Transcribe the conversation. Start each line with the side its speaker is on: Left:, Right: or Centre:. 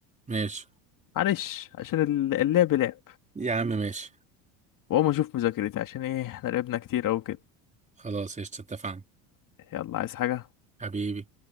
Right: ماشي
Left: معلش عشان ال- اللعب لعب
Right: يا عم ماشي
Left: واقوم اشوف مذاكرتي عشان ايه احنا لعبنا كتير اوي كده
Right: خلاص قشطة اتفقنا
Left: يلا عايز حاجة
Right: حبيبي